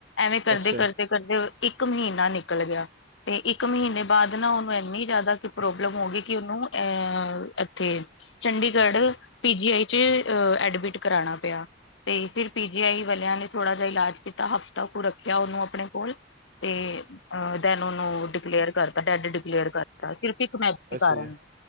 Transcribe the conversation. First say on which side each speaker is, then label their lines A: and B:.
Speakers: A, on the left; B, on the right.
A: ਐਵੇਂ ਕਰਦੇ
B: ਅੱਛਾ
A: ਕਰਦੇ ਕਰਦੇ ਇੱਕ ਮਹੀਨਾ ਨਿਕਲ ਗਿਆ ਤੇ ਇੱਕ ਮਹੀਨੇ ਬਾਅਦ ਨਾ ਉਹਨੂੰ ਇੰਨੀ ਜ਼ਿਆਦਾ ਪ੍ਰੋਬਲਮ ਹੋ ਗਈ ਕਿ ਉਹਨੂੰ ਅਹ ਇੱਥੇ ਚੰਡੀਗੜ੍ਹ ਪੀਜੀੀ ਆਈ ਚ ਅਹ ਐਡਮਿਟ ਕਰਾਉਣਾ ਪਿਆ ਤੇ ਫਿਰ ਪੀਜੀੀ ਆਈ ਵਾਲਿਆਂ ਨੇ ਥੋੜਾ ਜ ਇਲਾਜ ਕੀਤਾ ਹਫਤਾ ਕੁ ਰੱਖਿਆ ਉਹਨੂੰ ਆਪਣੇ ਕੋਲ ਤੇ ਅ ਦੈਨ ਉਹਨੂੰ ਡਿਕਲੇਅਰ ਕਰਤਾ ਡੈਡ ਡਿਕਲੇਅਰ ਕਰਤਾ ਸਿਰਫ ਇੱਕ ਮੈ ਦੇ
B: ਅੱਛਾ
A: ਕਾਰਨ
B: ਜੀ